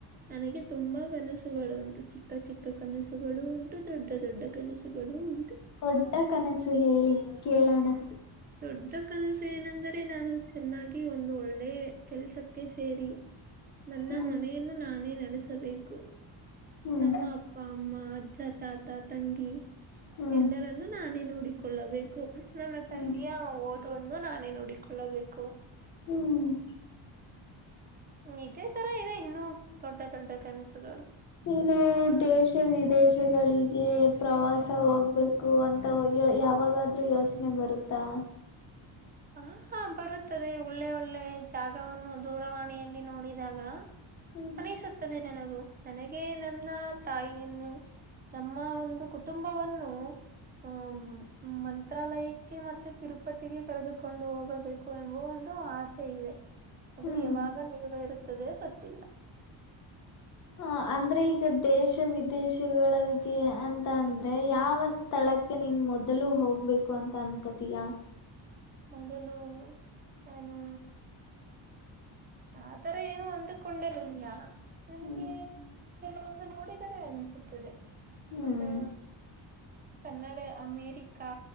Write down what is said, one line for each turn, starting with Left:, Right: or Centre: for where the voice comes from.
Right: ನನಗೆ ತುಂಬಾ ಕನಸುಗಳು ಉಂಟು ಚಿಕ್ಕ ಚಿಕ್ಕ ಕನಸುಗಳೂ ಉಂಟು ದೊಡ್ಡ ದೊಡ್ಡ ಕನಸುಗಳೂ ಉಂಟು.
Left: ದೊಡ್ಡ ಕನಸು ಹೇಳಿ ಕೇಳೋಣ.
Right: ಹ್ಮ ದೊಡ್ಡ ಕನಸು ಏನೆಂದರೆ ನಾನು ಚೆನ್ನಾಗಿ ಒಂದು ಒಳ್ಳೆ ಕೆಲ್ಸಕ್ಕೆ ಸೇರಿ ನನ್ನ
Left: ಹ್ಮ್
Right: ಮನೆಯನ್ನು ನಾನೇ ನಡೆಸಬೇಕು
Left: ಹ್ಮ್
Right: ನಮ್ಮ ಅ ಪ್ಪ ಅಮ್ಮ ಅಜ್ಜ ತಾತಾ ತಂಗಿ
Left: ಹ್ಮ್
Right: ಎಲ್ಲರನ್ನೂ ನಾನೇ ನೋಡಿಕೊಳ್ಳಬೇಕು. ನನ್ನ ತಂಗಿಯ
Left: ಹ್ಮ್
Right: ಓದುವನ್ನು ನಾನೇ ನೋಡಿಕೊಳ್ಳಬೇಕು.
Left: ಹ್ಮ್
Right: ಇದೇ ತರ ಇದೆ ಇನ್ನೂ ದೊಡ್ಡ ದೊಡ್ಡ ಕನಸುಗಳು.
Left: ಇನು ದೇಶ ವಿದೇಶಗಳಿಗೆ ಪ್ರವಾಸ ಹೋಗ್ಬೇಕು. ಕು ಅಂತ ಯಾವಾಗಾದ್ರೂ ಯೋಚನೆ ಬರುತ್ತಾ?
Right: ಹ ಹಾ ಬರುತ್ತದೆ ಒಳ್ಳೆ ಒಳ್ಳೆ ಜಾಗವನ್ನು ದೂರವಾಣಿಯಲ್ಲಿ ನೋಡಿದಾಗ.
Left: ಹ್ಮ್
Right: ಅನಿಸುತ್ತದೆ ನನಗೂ ನನಗೆ ನನ್ನ ತಾಯಿಯನ್ನು ನಮ್ಮ ಒಂದು ಕುಟುಂಬವನ್ನು ಹ್ಮ ಮಂತ್ರಾಲಯಕ್ಕೆ ಮತ್ತೆ ತಿರುಪತಿಗೆ ಕರೆದುಕೊಂಡು ಹೋಗಬೇಕು ಎಂಬ ಒಂದು ಆಸೆ ಇದೆ. ಅದು
Left: ಹ್ಮ್
Right: ಯಾವಾಗ ನೆರವೇರುತ್ತದೆ ಗೊತ್ತಿಲ್ಲ.
Left: ಹ ಅಂದ್ರೆ ಈಗ ದೇಶ ವಿದೇಶಗಳಿಗೆ ಅಂತ ಅಂದ್ರೆ ಯಾವ ಸ್ಥಳಕ್ಕ್ ಕೆ ನೀನ್ ಮೊದಲು ಹೋಗ್ಬೇಕು ಅಂತ ಅನ್ಕತೀಯಾ?
Right: ಮೊದಲು ನಾನೂ ಆ ತರ ಏನು ಅಂದಕೊಂಡಲಿಲ್ಲ ನನಗೆ
Left: ಹ್ಮ್
Right: ಕೆಲವೊಂದು ನೋಡಿದರೆ ಅನಿಸುತ್ತದೆ
Left: ಹ್ಮ್
Right: ಅದೂ ಕನ್ನಡ ಅಮೇರಿಕಾ